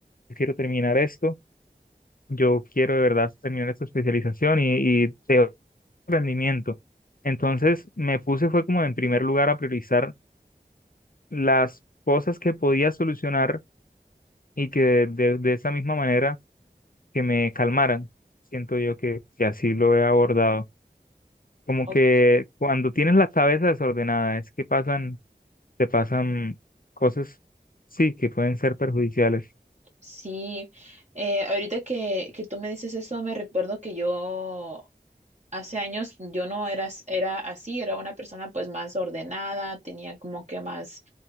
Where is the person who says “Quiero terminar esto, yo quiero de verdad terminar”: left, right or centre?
Left